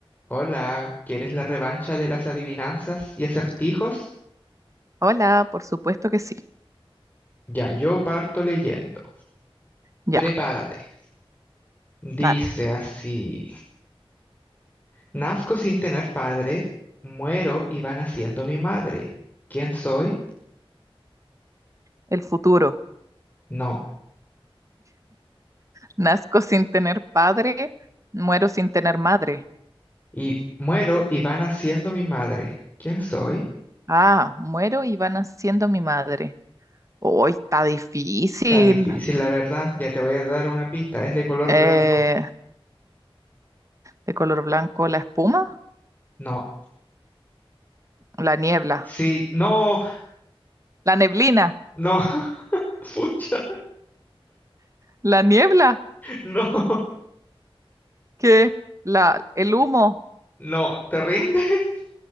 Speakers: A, on the left; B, on the right.
A: Hola, ¿quieres la revancha de las adivinanzas y acertijos?
B: Hola, por supuesto que sí.
A: Ya yo parto leyendo.
B: Ya,
A: Prepárate. Dice
B: dale.
A: así. Nazco sin tener padre, muero y va naciendo mi madre. ¿Quién soy?
B: El futuro.
A: No.
B: Nazco sin tener padre, muero sin tener madre.
A: Y muero y va naciendo mi madre. ¿Quién soy?
B: Ah, muero y va naciendo mi madre. Hoy está difícil.
A: Está difícil, la verdad. Ya te voy a dar una pista. Es de color
B: Eh,
A: blanco.
B: de color blanco la espuma,
A: No.
B: la niebla,
A: Sí. No.
B: la neblina,
A: No. <laughs> Pucha.
B: la niebla,
A: No.
B: que la, el humo.
A: No. ¿Te rindes?